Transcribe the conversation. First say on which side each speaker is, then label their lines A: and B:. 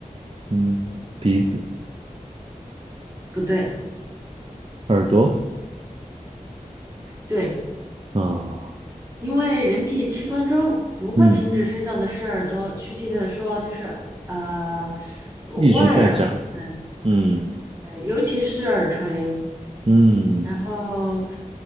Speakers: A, on the right; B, on the right.
A: 嗯，鼻子、
B: 不对。
A: 耳朵，
B: 对。
A: 啊、
B: 因为人体器官中不会停止生长的是耳朵，
A: 嗯，
B: 确切的说就是呃外耳部分，
A: 一直在长，嗯
B: 呃尤其是耳垂。
A: 嗯
B: 然后，